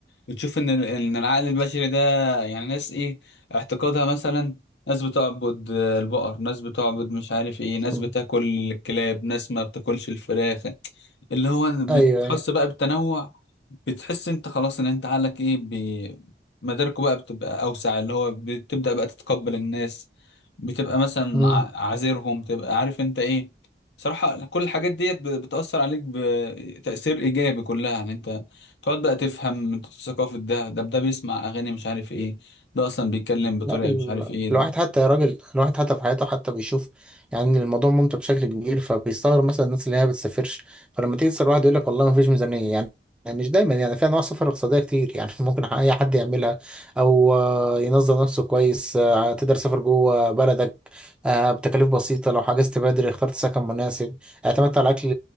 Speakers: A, on the left (about 80°); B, in the centre.
A: بتشوف ان ال- ان العقل البشري ده يعني ناس ايه اعتقادها مثلا ناس بتعبد آه، البقر ناس بتعبد مش عارف ايه ناس
B: مم.
A: بتاكل الكلاب ناس ما بتاكلش الفراخ اللي هو بتحس
B: أيوه أيوه
A: بقى بالتنوع بتحس انت خلاص ان انت عقلك ايه بي... مداركه بقى بتبقى اوسع اللي هو بتبدأ بقى تتقبل الناس بتبقى مثلا
B: مم.
A: ع- عازرهم تبقى عارف انت ايه صراحة كل الحاجات ديت ب- بتأثر عليك بتأثير إيجابي كلها يعني أنت تقعد بقى تفهم ثقافة ده ده ده بيسمع أغاني مش عارف إيه ده أصلا بيتكلم بطريقة
B: لا ال-
A: مش عارف إيه
B: الواحد حتى يا راجل الواحد حتى في حياته حتى بيشوف يعني الموضوع ممتع بشكل كبير فبيستغرب مثلا الناس اللي هي ما بتسافرش فلما تيجي تسأل واحد يقول لك والله ما فيش ميزانية يعني يعني مش دايما يعني في انواع سفر اقتصاديه كتير يعني <laughs> ممكن اي حد يعملها او آه، ينظم نفسه كويس آه، تقدر تسافر جوه بلدك آه، بتكاليف بسيطه لو حجزت بدري اخترت سكن مناسب اعتمدت على الاكل